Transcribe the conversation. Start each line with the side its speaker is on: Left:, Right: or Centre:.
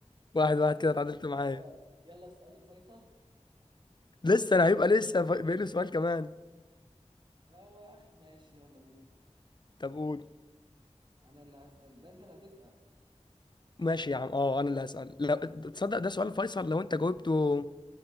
Right: خد
Left: واحد
Right: بالك
Left: واحد كده اتعادلت معايا
Right: خلاص يلا السؤال الفيصل
Left: لسه انا هيبقى لسه ف- باقي له سؤال كمان
Right: هو أخ... ماشي يلا بينا
Left: طب قول
Right: أنا اللي هسأل ده أنت اللي هتسأل
Left: ماشي يا عم اه انا اللي هسأل لا تصدق ده سؤال فيصل لو انت جاوبته